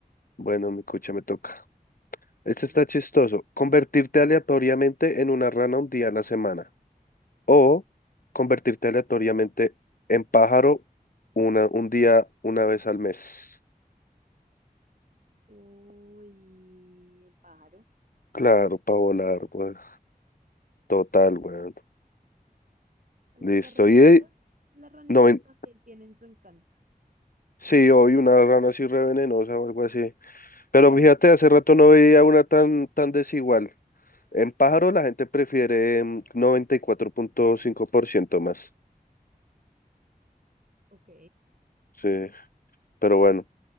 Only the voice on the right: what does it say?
dale.
Uy, el pájaro.
Me gustaría
volar.
Aunque
las ranitas,
las ranitas
también tienen su encanto.
<laughs>
Ok.